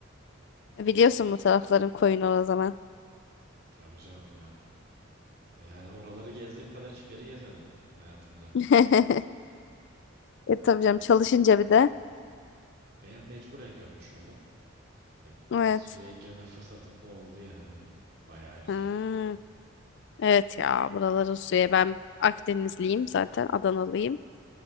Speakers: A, on the left; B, on the right.
A: biliyorsun
B: E,
A: bu tarafların koyunu o zaman.
B: Tabii canım ya. E, Yani oraları gezdiğim kadar hiçbir yeri gezmedim hayatımda.
A: <laughs> E tabii canım çalışınca bir de.
B: E, ya mecburen görmüş oldum. E, biz
A: Evet.
B: suya girme fırsatım da oldu yani. Bayağı güzel.
A: Ha, evet ya buraları suya ben Akdenizliyim zaten Adanalıyım.